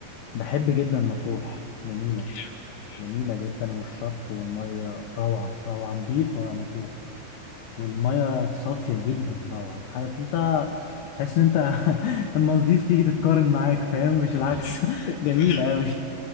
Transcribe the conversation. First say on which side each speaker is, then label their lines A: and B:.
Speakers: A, on the left; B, on the left.
A: بحب جدا مطروح جميله
B: حلو مهم.
A: جميله جدا والشط والميه روعه روعه نظيفه مطروح والميه صافيه جدا روعه عارف انت تحس ان انت <laughs> المالديف تيجي تتقارن معاك فاهم مش
B: مهم.
A: العكس <laughs> جميله
B: <laughs> ايوه
A: قوي